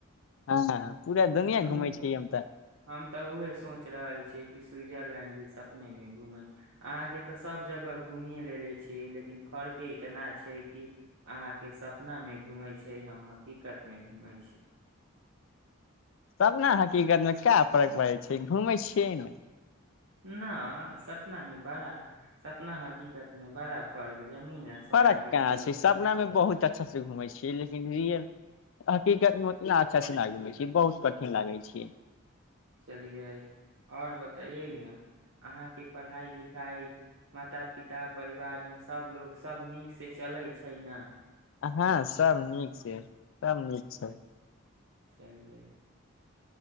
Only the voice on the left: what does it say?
हँ पूरा दुनिया
घूमै छियै हम तऽ
तब ने हकीीकतमे क्या फर्क पै छै घूमै छियै ने
फरक
कहाँ
छै सपनामे बहुत अच्छा से घुमै छियै लेकिन र तना अच्छाँ घुम छी बहुत कठिन लागै छै
हँ सब नीक छै सभ नीक छै